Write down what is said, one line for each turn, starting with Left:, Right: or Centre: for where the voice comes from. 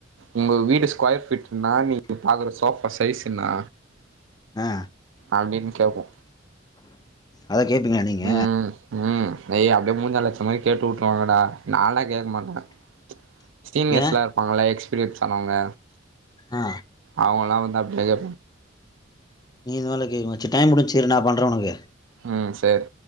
Right: உங்க வீடு ஸ்கொயர் ஃபீட்னா நீங்க பாக்குற சோஃபா சைஸ்சு என்னா
Left: ஆ
Right: அப்டின் கேப்போ
Left: அத கேப்பீங்களா நீங்க
Right: ம் ம் எய் அப்டியே முஞ்சால அச்சமாரி கேட்டு உட்டுருவாங்கடா நாலா கேக்க மாட்டே ஸ்டீனியர்ஸ்லா
Left: ஏன்
Right: இருப்பாங்கல எக்ஸ்பீரியன்ஸ் ஆனவங்க
Left: ஆ
Right: அவுங்கலா வந்த அவங்களஈ
Left: நீ இதுமாரிலா கேக்க சேர் டைம் முடிச்சு இரு நா பண்றே உனக்கு
Right: ம் சேர்